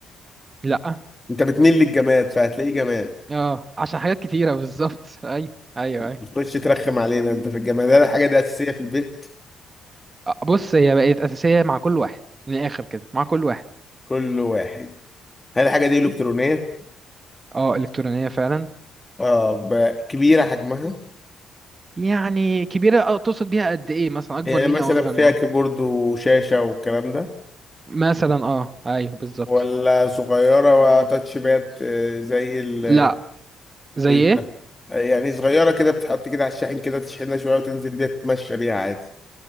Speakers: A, on the right; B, on the left.
A: لأ
B: انت بتميل للجماد فهتلاقيه جماد
A: اه عشان حاجات كتيرة بالظبط أيوه أيوه أيوه.
B: بتخش ترخم علينا انت في الجماد هل الحاجه دي اساسيه في البيت
A: بص هي بقت اساسيه مع كل واحد من الاخر كده مع كل واحد
B: كل واحد هل الحاجه دي الكترونيه
A: اه الكترونيه فعلا
B: اه ب- كبيره حجمها
A: يعني كبيره اه تقصد بيها قد ايه مثلا اكبر
B: يعني
A: مني
B: مثلا
A: او اصغر
B: فيها
A: مني
B: كيبورد وشاشه والكلام ده
A: مثلا اه ايوه بالظبط
B: ولا صغيره وتاتش باد آه، زي ال
A: لا زي
B: مش ده
A: ايه
B: يعني صغيره كده بتحط كده على الشاحن كده تشحنها شويه وتنزل بيها تتمشى بيها عادي